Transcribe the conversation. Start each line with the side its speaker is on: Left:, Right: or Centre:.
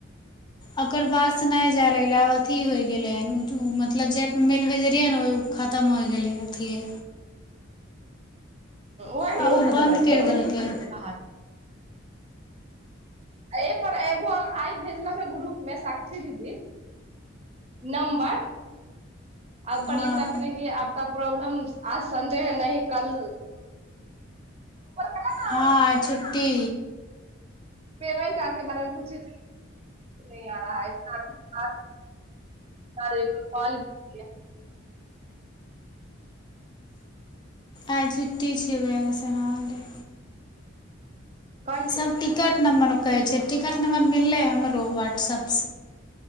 Left: ओकर बादसँ नहि जाय लगलै आब अथी होय गेलै हन मतलब जाहिप मेल भेजेलहियै ने ओ खतम होय गेलै अथिए।
Right: ओ
Left: आब
Right: य बदल
Left: बन्द
Right: जाय छै
Left: करि
Right: समझ
Left: देलकै
Right: सें बाहर एहि पर एगो आइ भेजलो ने ग्रुप मे साक्षी दीदी नम्बर आ ओपर
Left: हँ
Right: लिखलखिन क आपक प्रॉब्लम आज सडे है न कल कहला
Left: हाँ
Right: न अपन
Left: छुट्टी
Right: पेपेंट आर कें बारेमे पूैछै नै आरहा है इतना देर कॉल की है
Left: आइ छुट्टी छबै सेनालै।
Right: कॉल
Left: सब
Right: के
Left: टिकट नमबर उ कहे छै टिकट नमबर मिलले हमर व्ट्सअप